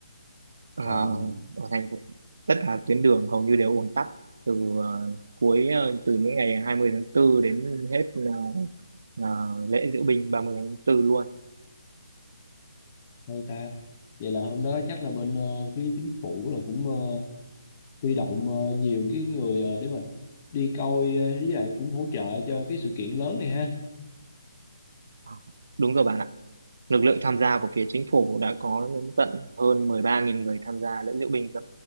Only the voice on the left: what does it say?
wow
hay ta vậy là hôm đó chắc là bên ờ, phía chính phủ là cũng ờ, huy động ờ, nhiều cái người ờ, để mà đi coi ờ, với lại cũng hỗ trợ cho cái sự kiện lớn này ha